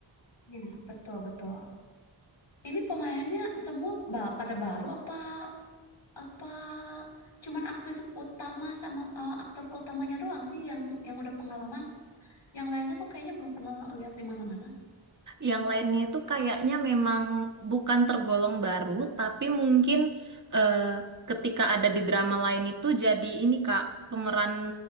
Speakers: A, on the left (about 85°); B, on the right (about 40°).
A: ya, betul, betul. Ini pemainnya semua ba- pada baru apa apa cuman aktris utama sama eh, aktor utamanya doang sih yang yang udah pengalaman. Yang lainnya kok kayaknya belum pernah lihat di mana-mana.
B: Yang lainnya itu kayaknya memang bukan tergolong baru, tapi mungkin eh, ketika ada di drama lain itu jadi ini Kak, pemeran